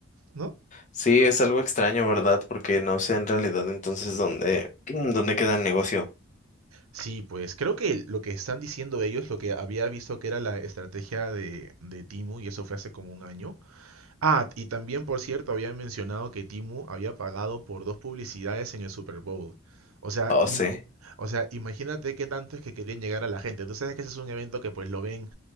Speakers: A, on the right; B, on the left.
A: ¿no?
B: sí, es algo extraño, ¿verdad? Porque no sé en realidad entonces dónde, <clears throat> dónde queda el negocio.
A: Sí, pues creo que lo que están diciendo ellos, lo que había visto que era la estrategia de, de Temu, y eso fue hace como un año, Ah, y también, por cierto, había mencionado que Timu había pagado por dos publicidades en el Super Bowl. O sea,
B: Oh,
A: im-
B: sí,
A: o sea, imagínate qué tanto es que querían llegar a la gente. Tú sabes que ese es un evento que pues lo ven